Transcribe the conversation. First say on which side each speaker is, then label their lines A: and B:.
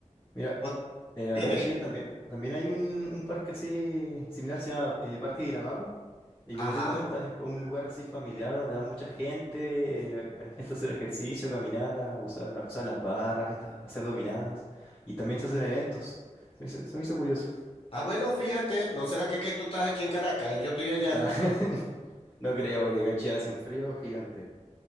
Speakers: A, on the left; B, on the left.
A: mira,
B: O-
A: Eh, acá
B: dime,
A: en Chillán también, también hay un, un parque así similar, se llama eh, Parque Guilamapu. Y como
B: ajá.
A: tú comentas, es como un lugar así familiar donde va mucha gente, eh, hay gente a hacer ejercicio, caminar, a usar, a usar las barras, estas, a hacer dominadas. Y también se hacen eventos. Se me hizo, se me hizo curioso.
B: Ah, bueno, fíjate, ¿no será que, que tú estás aquí en Caracas y yo estoy allá?
A: Ah, <laughs> No creo, porque acá en Chillán hace un frío gigante.